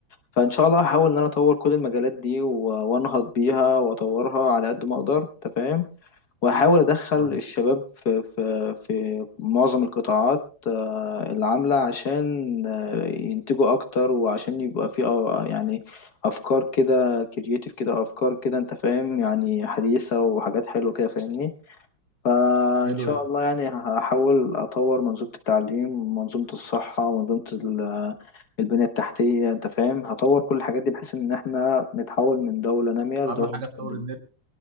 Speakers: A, on the left; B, on the right.
A: فان شاء الله هحاول ان انا اطور كل المجالات دي و- وانهض بيها واطورها على قد ما اقدر تفهم واحاول ادخل
B: أه
A: الشباب في في في معظم القطاعات آه، اللي عامله عشان آه، ينتجوا اكتر وعشان يبقى في آه، يعني افكار كده كرييتيف كده افكار كده انت فاهم يعني حديثه وحاجات حلوه كده فاهمني فان
B: حلو
A: شاء
B: يعني
A: الله يعني هحاول اطور منظومه التعليم منظومه الصحه ومنظومه ال- البنيه التحتيه انت فاهم هطور كل الحاجات دي بحيث ان احنا نتحول من دوله ناميه لدوله
B: أهم حاجة
A: متقدمه
B: تطور النت